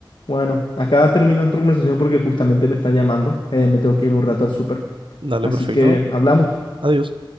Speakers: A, on the left (about 70°); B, on the right (about 80°).
A: Bueno, acá termina nuestra conversación porque justamente me están llamando. Eh, me tengo que ir un rato al súper.
B: Dale,
A: Así
B: perfecto.
A: que hablamos.
B: Adiós.